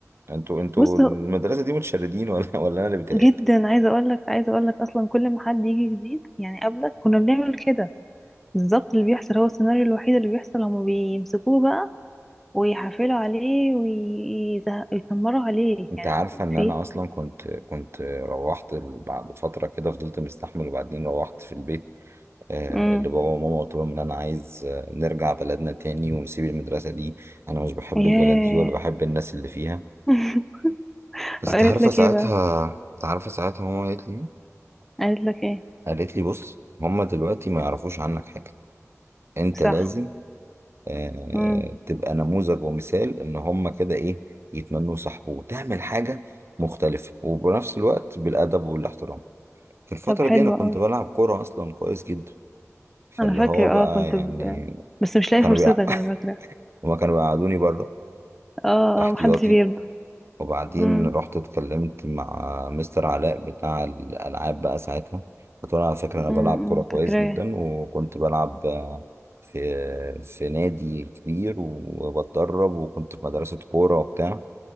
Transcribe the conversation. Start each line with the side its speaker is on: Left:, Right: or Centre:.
Right: انتوا انتوا
Centre: بص
Right: المدرسة دي متشردين ولا <laughs> ولا انا اللي بيتهيألي؟
Centre: جدا عايزه اقول لك عايزه اقول لك اصلا كل ما حد يجي جديد يعني قبلك كنا بنعمل كده بالظبط اللي بيحصل هو السيناريو الوحيد اللي بيحصل هما بيمسكوه بقى ويحفلوا عليه ويتمروا عليه
Right: انت
Centre: يعني
Right: عارفة
Centre: هو
Right: ان
Centre: في
Right: انا اصلا كنت كنت روحت ال- بعد فترة كده فضلت مستحمل وبعدين روحت في البيت آه،
Centre: امم
Right: لبابا وماما قلت لهم ان انا عايز آه، نرجع بلدنا تاني ونسيب المدرسة دي انا مش بحب
Centre: ياه
Right: البلد دي ولا بحب الناس اللي فيها
Centre: <laughs>
Right: بس
Centre: قالت
Right: انت عارفه
Centre: لك
Right: ساعتها
Centre: ايه بقى
Right: انت عارفه ساعتها ماما قالت لي ايه؟
Centre: قالت لك ايه
Right: قالت لي بص هما دلوقتي ما يعرفوش عنك حاجة انت
Centre: صح
Right: لازم آه
Centre: امم
Right: تبقى نموذج ومثال ان هما كده ايه يتمنوا صاحبه وتعمل حاجة مختلفة وبنفس الوقت بالأدب والاحترام في الفترة
Centre: طب حلو
Right: دي أنا كنت
Centre: قوي
Right: بلعب كورة أصلا كويس جدا فاللي
Centre: انا فاكره
Right: هو بقى
Centre: اه كنت
Right: يعني
Centre: ب... بس مش لاقي
Right: كانوا
Centre: فرصتك
Right: بيقع...
Centre: انا
Right: <laughs>
Centre: فاكره
Right: هما كانوا بيقعدوني بره
Centre: اه
Right: احتياطي
Centre: اه محدش بيرضى
Right: وبعدين
Centre: امم
Right: رحت اتكلمت مع مستر علاء بتاع الالعاب بقى ساعتها قلت له على فكره انا
Centre: امم
Right: بلعب
Centre: أمم،
Right: كوره كويس
Centre: فاكراه
Right: جدا وكنت بلعب آه، في في نادي كبير وبتدرب وكنت في مدرسه كوره وبتاع